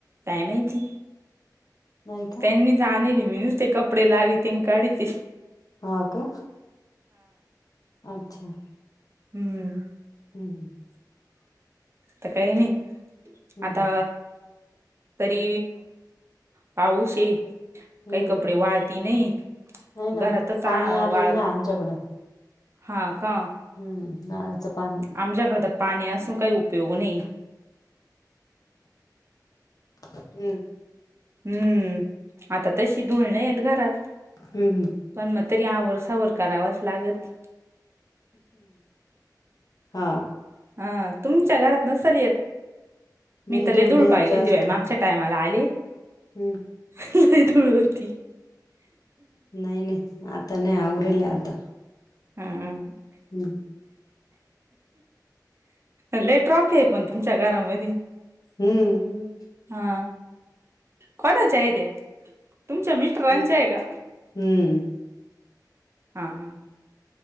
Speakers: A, on the right; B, on the left.
A: काय माहित.
B: नाहीय का.
A: त्यांनी तर आणली मी नुस ते कपडे लावी ते काढती.
B: हा का अच्छा! !
A: हम्म.
B: हम् ह.
A: तर काही नाही
B: हम्म
A: आता. तरी पाऊस आहे
B: हम्म
A: काय कपडे वाळती नाहीय.
B: नाही ना
A: घरातच
B: पाणी आलेलं
A: वाळत.
B: ना आमच्याकडं
A: हा का.
B: हम्म नळाचा पाणी.
A: आच्याकडे तर पाणी असून काही उपयोग नाही.
B: हम्म
A: हम्म आता तशी धुळणे आहेत घरात.
B: हम् हम
A: पण मग तरी या वर्सावर करावाच लागत.
B: हा.
A: ह तुमच्या घरात नस ल य मी
B: नाही
A: त्याले
B: धुळणे
A: ूळ पाहिली
B: जास्त
A: दिवाय मागच्या- टायमाला आली.
B: हम्म
A: थोडी होती.
B: नाही नाही आता नाही आवरेल आता.
A: हा.
B: हम्म
A: लेट्रॉफ आहे पण तुमच्या घरामध्येध
B: हम्म
A: हा कोणाच्या आहे त्या्या तुमच्या मि स्टरांची
B: मी
A: आहे का
B: हम्म
A: हा हा.